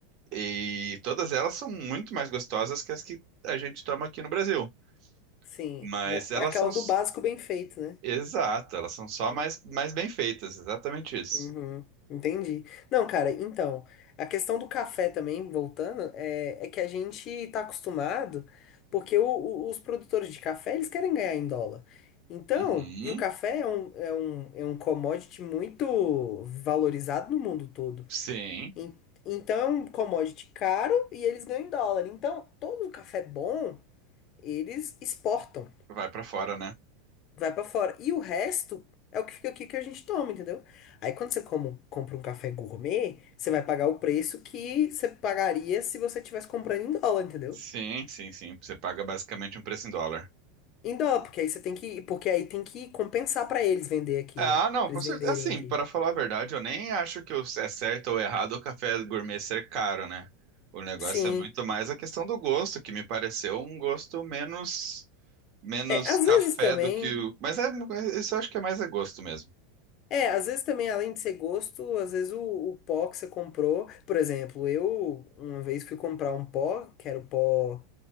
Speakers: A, on the right; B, on the left.
A: E todas elas são muito mais gostosas que as que a gente toma aqui no Brasil.
B: Sim,
A: Mas
B: mas
A: elas
B: é aquela
A: são, s-
B: do básico bem feito, né?
A: exato, elas são só mais, mais bem feitas. Exatamente isso.
B: Uhum, entendi. Não, cara, então, a questão do café também, voltando, é, é que a gente tá acostumado, porque o- o- os produtores de café, eles querem ganhar em dólar. Então,
A: Uhum,
B: e o café é um, é um, é um commodity muito valorizado no mundo todo.
A: sim,
B: En- Então, é um commodity caro e eles ganham em dólar. Então, todo o café bom, eles exportam.
A: vai para fora, né?
B: vai pra fora. E o resto é o que fica aqui que a gente toma, entendeu? Aí quando você como- compra um café gourmet, você vai pagar o preço que você pagaria se você tivesse comprando em dólar, entendeu?
A: Sim, sim, sim. Você paga basicamente um preço em dólar.
B: Em dólar, porque aí você tem que, porque aí tem que compensar pra eles vender aqui,
A: Ah,
B: né?
A: não,
B: Pra
A: com
B: eles
A: certeza.
B: venderem
A: Assim,
B: aqui.
A: para falar a verdade, eu nem acho que o- é certo ou errado o café gourmet ser caro, né? O negócio
B: Sim.
A: é muito mais a questão do gosto, que me pareceu um gosto menos menos
B: É, às
A: café
B: vezes também.
A: do que o. Mas é, mas isso eu acho que é mais é gosto mesmo.
B: É, às vezes também, além de ser gosto, às vezes o, o pó que você comprou. Por exemplo, eu uma vez fui comprar um pó, que era o pó.